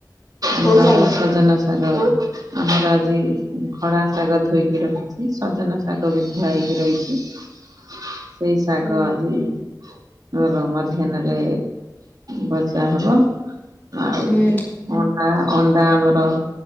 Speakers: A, on the right; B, on the left.
A: ଆମର
B: କୋଉ ଶାଗ
A: ସଜନା ଶାଗ ଆମର ଆଜି ଖଡାଶାଗ ଧୋଇକି ରଖିଛି। ସଜନାଶାଗ ବି ଧୁଆଇକି ରହିଛି। ସେଇ ଶାଗ
B: ହୁଁ
A: ଆଜି ଆମର ମଧ୍ୟାହ୍ନରେ ଭଜା ହବ। ଆଉ
B: ହୁଁ
A: ଅଣ୍ଡା ଅଣ୍ଡା ଆମର